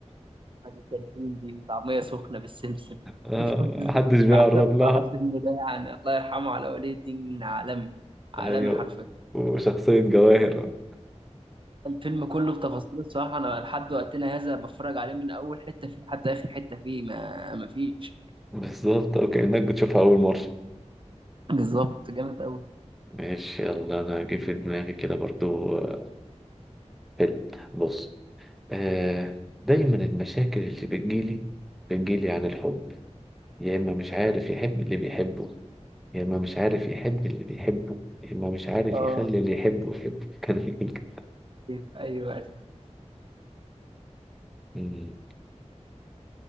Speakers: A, on the right; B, in the centre.
A: أنا الكانتين دي طعمية سخنة بالسمسم
B: آه
A: <laughs>
B: محدش
A: بعشق
B: بيقرب لها
A: صح الفيلم ده يعني الله يرحمه على ولي الدين عالمي عالمي
B: أيوة
A: حرفيا
B: وشخصية جواهر
A: الفيلم كله بتفاصيله الصراحة أنا لحد وقتنا هذا بتفرج عليه من أول حتة فيه لحد آخر حتة فيه ما ما فيش
B: بالظبط أو كأنك بتشوفها أول مرة
A: بالظبط جامد أوي
B: ماشي يلا أنا هجيب في دماغي كده برضو آه، فيلم بص آه دايما المشاكل اللي بتجيلي بتجيلي عن الحب يا إما مش عارف يحب اللي بيحبه يا إما مش عارف يحب اللي بيحبه يا إما مش عارف
A: آه
B: يخلي اللي يحبه يحبه <laughs> كان يقول كده.
A: أيوه أيوه
B: مم.